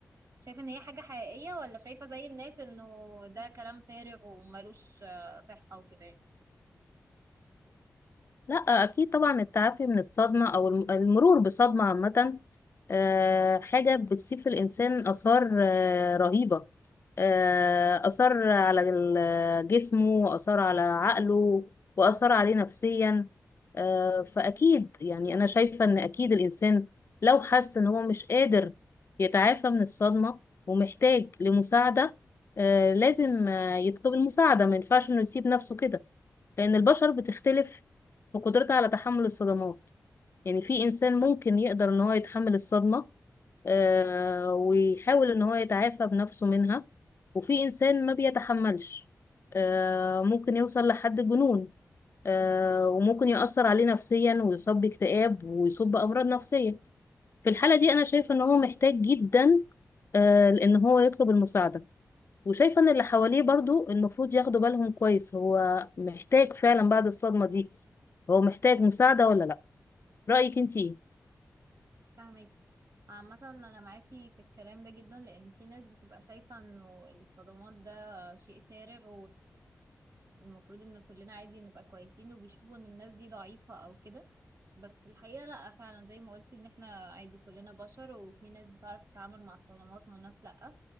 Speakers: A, on the right (about 70°); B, on the left (about 45°).
A: شايفة ان هي حاجة حقيقية ولا شايفة زي الناس انه ده كلام فارغ وملوش آه، صحة وكده يعني
B: لا اكيد طبعا التعافي من الصدمه او الم- المرور بصدمه عامه آه، حاجه بتسيب في الانسان اثار آه، رهيبه آه، اثار على ال- جسمه واثار على عقله واثار عليه نفسيا آه، فاكيد يعني انا شايفه ان اكيد الانسان لو حس ان هو مش قادر يتعافى من الصدمه ومحتاج لمساعده آه، لازم آه، يطلب المساعده ما ينفعش انه يسيب نفسه كده لأن البشر بتختلف في قدرتها على تحمل الصدمات يعني في إنسان ممكن يقدر إن هو يتحمل الصدمة آه ويحاول إن هو يتعافى بنفسه منها وفي إنسان ما بيتحملش آه ممكن يوصل لحد الجنون آه وممكن يأثر عليه نفسيا ويصاب باكتئاب ويصاب بأمراض نفسية في الحالة دي أنا شايفة إن هو محتاج جدا آه إن هو يطلب المساعدة وشايفة ان اللي حواليه برضو المفروض ياخدوا بالهم كويس هو محتاج فعلا بعد الصدمة دي هو محتاج مساعدة ولا لا رأيك انتي ايه
A: فاهمك عامة أنا معاكي في الكلام ده جدا لأن في ناس بتبقى شايفة إنه الصدمات ده شيء فارغ المفروض ان كلنا عادي نبقى كويسين وبيشوفوا ان الناس دي ضعيفة او كده بس الحقيقة لا فعلا زي ما قلت ان احنا عادي كلنا بشر وفي ناس بتعرف تتعامل مع الصدمات وناس لا